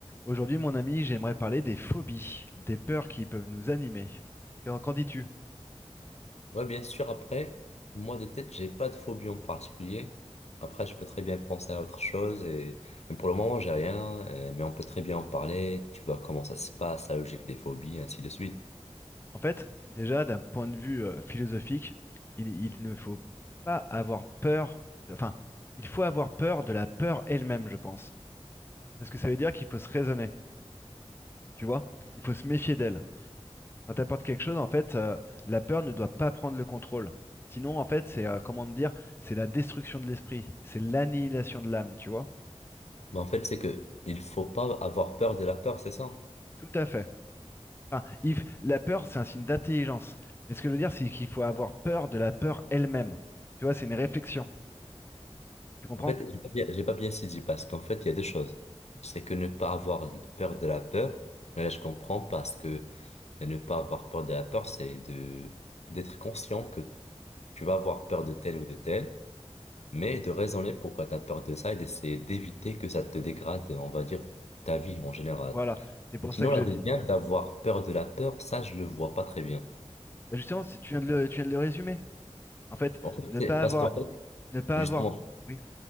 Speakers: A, on the left (about 20°); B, on the left (about 75°).
A: Aujourd'hui, mon ami, j'aimerais parler des phobies, des peurs qui peuvent nous animer. Qu'en qu'en dis-tu?
B: Ouais, bien sûr, après, moi de tête, j'ai pas de phobie en particulier. Après, je peux très bien penser à autre chose et mais pour le moment, j'ai rien, euh, mais on peut très bien en parler, tu vois comment ça se passe, la logique des phobies, ainsi de suite.
A: En fait, déjà, d'un point de vue euh, philosophique, il, il ne faut pas avoir peur, de- enfin, il faut avoir peur de la peur elle-même, je pense. Parce que ça veut dire qu'il faut se raisonner, tu vois? Il faut se méfier d'elle. Quand t'apportes quelque chose, en fait, euh, la peur ne doit pas prendre le contrôle. Sinon, en fait, c'est, euh, comment te dire, c'est la destruction de l'esprit, c'est l'annihilation de l'âme, tu vois?
B: Mais en fait, c'est que il faut pas avoir peur de la peur, c'est ça.
A: Tout à fait. Enfin, il la peur, c'est un signe d'intelligence. Mais ce que je veux dire, c'est qu'il faut avoir peur de la peur elle-même. Tu vois, c'est une réflexion. Tu comprends?
B: En fait, j'ai pas bien, j'ai pas bien saisi parce qu'en fait, il y a deux choses. C'est que ne pas avoir peur de la peur, et là, je comprends parce que ne pas avoir peur de la peur, c'est de d'être conscient que tu vas avoir peur de tel ou de tel. mais de raisonner pourquoi t'as peur de ça et d'essayer d'éviter que ça te dégrade, on va dire, ta vie en général.
A: Voilà. C'est pour
B: Mais sinon,
A: ça que
B: la
A: je
B: deuxième,
A: dis.
B: d'avoir peur de la peur, ça, je le vois pas très bien.
A: Bah, Justement, c'est- tu viens de le, tu viens de le résumer. En fait,
B: En fait,
A: ne
B: c'est
A: pas
B: parce
A: avoir,
B: qu'en fait,
A: ne pas
B: justement,
A: avoir. Oui.